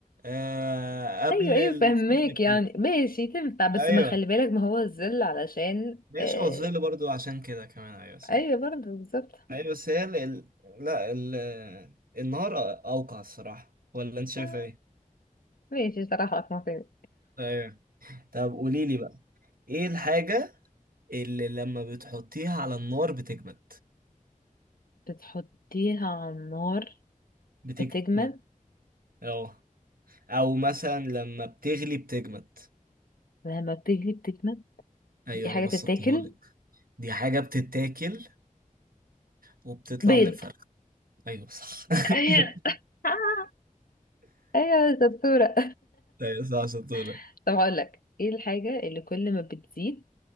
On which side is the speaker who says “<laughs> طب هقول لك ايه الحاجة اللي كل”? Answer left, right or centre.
Left